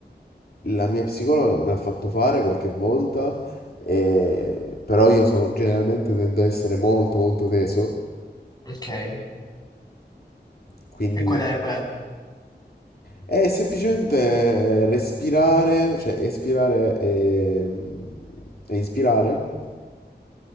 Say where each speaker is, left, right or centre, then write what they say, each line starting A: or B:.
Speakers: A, on the left; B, on the left.
A: la mia psicologa me l'ha fatto fare qualche volta, e- però io sono, generalmente tendo a essere molto molto teso,
B: Ok. E
A: quindi
B: qual è, qual
A: è semplicemente respirare, cioè espirare e, e inspirare